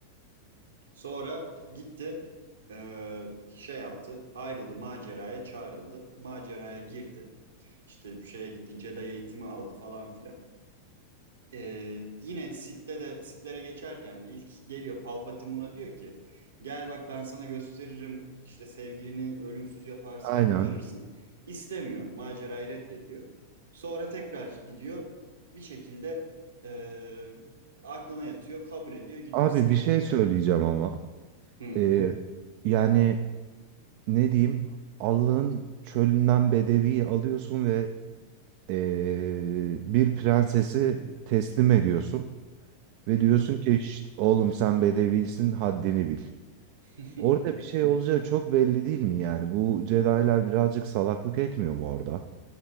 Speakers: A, on the right (about 70°); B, on the right (about 45°).
A: Sonra gitti e, şey yaptı ayrıldı maceraya çağrıldı. Maceraya girdi işte şeye gitti Jedi eğitimi aldı falan filan. E, yine Sith'te de Sith'lere geçerken de ilk geliyor Palpatine buna diyor ki gel bak ben sana gösteririm işte sevgilini ölümsüz yaparsın
B: Aynen.
A: kurtarırsın. İstemiyor macerayı reddediyor. Sonra tekrar gidiyor bir şekilde e, aklına yatıyor kabul ediyor gidiyor
B: Abi
A: Sith
B: bir şey
A: oluyor.
B: söyleyeceğim ama.
A: Hı,
B: Eee, yani ne diyeyim? Allah'ın çölünden bedeviyi alıyorsun ve eee, bir prensesi teslim ediyorsun. Ve
A: hı hı.
B: diyorsun ki "Şşt, oğlum sen bedevisin haddini bil.
A: <laughs>
B: Orada bir şey olacağı çok belli değil mi yani? Bu Jedi'lar birazcık salaklık etmiyor mu orada?